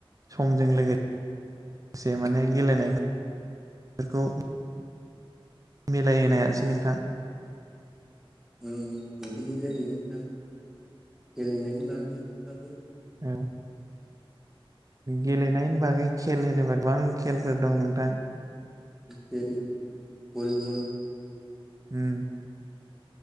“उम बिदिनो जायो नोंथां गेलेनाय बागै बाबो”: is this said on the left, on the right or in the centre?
Centre